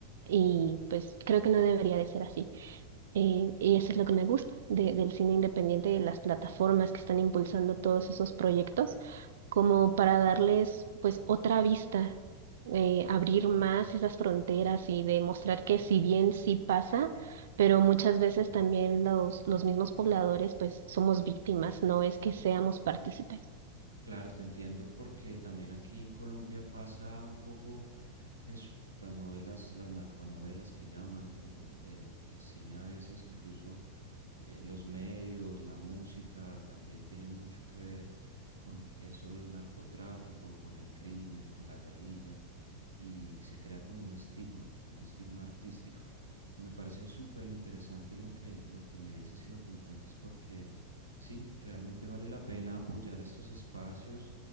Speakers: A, on the right; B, on the right.
A: y pues creo que no debería de ser así. Eh, y eso es lo que me gusta de- del cine independiente, de las plataformas que están impulsando todos esos proyectos, como para darles pues otra vista, eh, abrir más esas fronteras y demostrar que si bien sí pasa, pero muchas veces también los, los mismos pobladores pues somos víctimas, no es que seamos partícipes.
B: Claro, te entiendo, porque también aquí en Colombia pasa un poco eso, las novelas, las narconovelas que llaman, el, eh, el cine a veces incluso eh, los medios, la música también tienen mucho que ver con eso del narcotráfico, con el crimen, con la guerrilla, y se crea como un estigma, un estigma artístico. Y me parece súper interesante lo que, lo que me dices y lo que me cuentas, porque sí, realmente vale la pena apoyar estos espacios